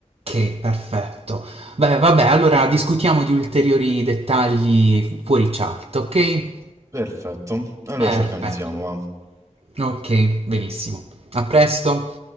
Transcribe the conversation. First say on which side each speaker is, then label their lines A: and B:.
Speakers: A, on the right; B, on the right.
A: Ok, perfetto. Beh, vabbè, allora discutiamo di ulteriori dettagli fuori chat, ok?
B: Perfetto, allora
A: Perfetto.
B: ci organizziamo, va.
A: Ok, benissimo. A presto.